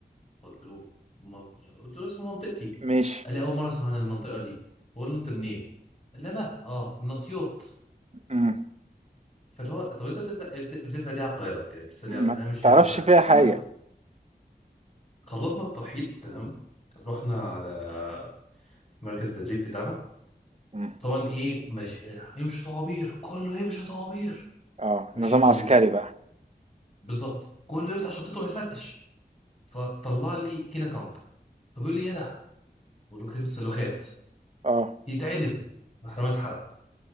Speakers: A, on the left (about 40°); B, on the right (about 40°).
A: قلت له من... قلت له اسمه منطقتي
B: ماشي
A: قال لي اول مرة اسمع عن المنطقة دي بقول له انت منين؟ قال لي انا اه من اسيوط
B: امم
A: فاللي هو طب انت بتسأل بت- بتسأل ليه على القاهرة؟ يعني بتسأل ليه
B: ما
A: على- انا مش فاهم
B: تعرفش
A: من القاهرة
B: فيها حاجة
A: المهم خلصنا الترحيل تمام رحنا على مركز التدريب بتاعنا
B: امم
A: طبعا ايه ماشي إيه، يمشي طوابير كله يمشي طوابير
B: اه
A: ماشيين
B: نظام
A: طوابير
B: عسكري بقى
A: بالظبط كله يفتح شنطته ويتفتش فطلع لي كينا كامب فبيقول لي ايه ده؟ بقول له كريم السلوخات
B: اه
A: يتعدم محرمة اتحرق